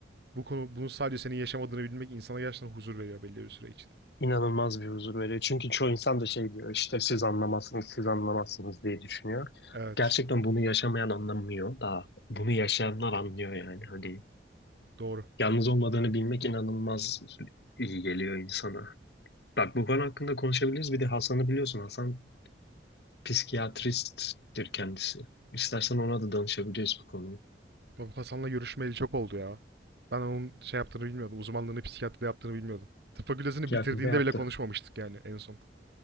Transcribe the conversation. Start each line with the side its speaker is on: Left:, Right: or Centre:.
Right: Bu konu bunu sadece senin yaşamadığını bilmek insana gerçekten huzur veriyor belli bir süre için.
Left: İnanılmaz bir huzur veriyor. Çünkü çoğu insan da şey diyor işte siz anlamazsınız, siz anlamazsınız diye düşünüyor.
Right: Evet,
Left: Gerçekten bunu yaşamayan anlamıyor da bunu yaşayanlar anlıyor yani. Hani
Right: doğru.
Left: yalnız olmadığını bilmek inanılmaz iyi geliyor insana. Bak bu konu hakkında konuşabiliriz. Bir de Hasan'ı biliyorsun. Hasan psikiyatristtir kendisi. İstersen ona da danışabiliriz bu konuyu.
Right: Bak Hasan'la görüşmeyeli çok oldu ya. Ben onun şey yaptığını bilmiyordum. Uzmanlığını psikiyatride yaptığını bilmiyordum. Tıp fakültesini
Left: Psikiyatri
Right: bitirdiğinde
Left: de yaptı.
Right: bile konuşmamıştık yani en son.